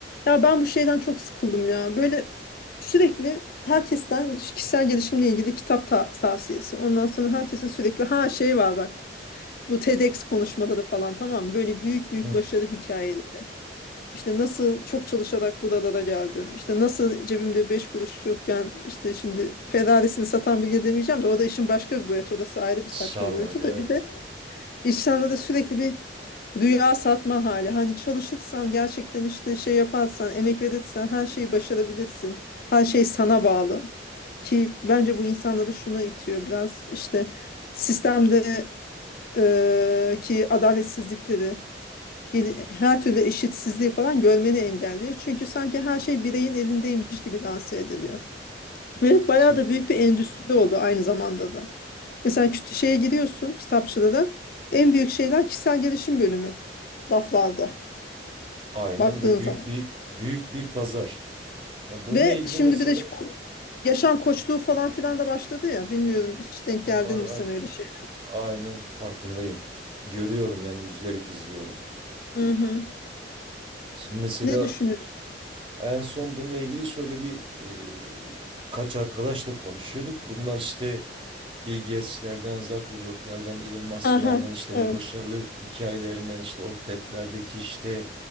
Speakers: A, on the left; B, on the right.
A: Ya ben bu şeyden çok sıkıldım ya. Böyle sürekli herkesten kişisel gelişimle ilgili kitap ta- tavsiyesi. Ondan sonra herkesin sürekli ha şey var bak. Bu TEDx konuşmaları falan tamam mı? Böyle büyük büyük
B: Hı.
A: başarı hikayeleri. İşte nasıl çok çalışarak buralara geldim. İşte nasıl cebimde 5 kuruş yokken işte şimdi Ferrari'sini satan bilge demeyeceğim de o da işin başka bir boyutu. Orası ayrı bir
B: Sarmaydı
A: saçma boyutu
B: evet.
A: da bir de insanlara sürekli bir Rüya satma hali. Hani çalışırsan gerçekten işte şey yaparsan, emek verirsen her şeyi başarabilirsin. Her şey sana bağlı. Ki bence bu insanları şuna itiyor biraz işte sistemde e, ki adaletsizlikleri, gel- her türlü eşitsizliği falan görmeni engelliyor. Çünkü sanki her şey bireyin elindeymiş gibi lanse ediliyor. Ve
B: Şimdi,
A: bayağı da büyük bir endüstri oldu aynı zamanda da. Mesela küt- şeye giriyorsun kitapçıda da en büyük şeyler kişisel gelişim bölümü laflarda
B: aynen
A: baktığın
B: ve büyük
A: zaman.
B: bir büyük bir pazar. Ya bununla
A: Ve
B: ilgili
A: şimdi
B: mesela
A: bir de şu ko- yaşam
B: di-
A: koçluğu falan filan da başladı ya bilmiyorum hiç denk
B: var
A: geldin
B: var
A: mi sen öyle şey?
B: aynen farkındayım. Görüyorum yani üzülerek izliyorum.
A: Hı hı.
B: Şimdi mesela
A: Ne düşünüyorsun?
B: en son bununla ilgili şöyle bir e, kaç arkadaşla konuşuyorduk. Bunlar işte Bill Gates'lerden, Zuckerberg'lerden, Elon Musk'lardan
A: Aha
B: işte
A: evet.
B: bu başarılı
A: <laughs>
B: hikayelerinden işte o TED'lerdeki işte